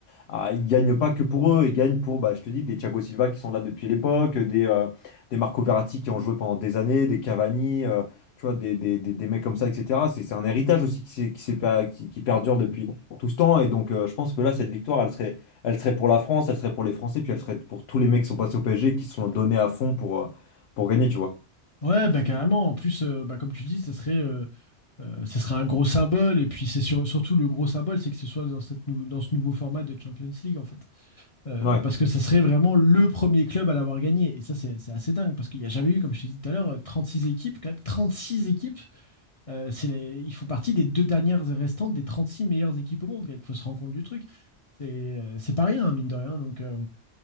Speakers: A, on the left; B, on the left.
A: ah, ils gagnent pas que pour eux, ils gagnent pour, bah, je te dis, des Thiago Silva qui sont là depuis l'époque, des, euh, des Marco Verratti qui ont joué pendant des années, des Cavani, euh, tu vois, des, des, des, des mecs comme ça, etc. C'est c'est un héritage aussi qui, s'est- qui, s'est pas- qui, qui perdure depuis tout ce temps. Et donc, euh, je pense que là, cette victoire, elle serait, elle serait pour la France, elle serait pour les Français, puis elle serait pour tous les mecs qui sont passés au PSG, qui se sont donnés à fond pour, euh, pour gagner, tu vois.
B: Ouais, bah, carrément. En plus, euh, bah, comme tu dis, ça serait, euh, euh, ça serait un gros symbole. Et puis, c'est sur- surtout le gros symbole, c'est que ce soit dans cette nou- dans ce nouveau format de Champions League, en fait. Euh,
A: Ouais,
B: parce que ça serait vraiment le premier club à l'avoir gagné. Et ça, c'est c'est assez dingue. Parce qu'il n'y a jamais eu, comme je t'ai dit tout à l'heure, euh, six équipes. Quand même, six équipes. Euh, c'est les- ils font partie des deux dernières restantes des 36 meilleures équipes au monde. Il faut se rendre compte du truc. C'est euh, c'est pas rien, hein, mine de rien. Donc. euh,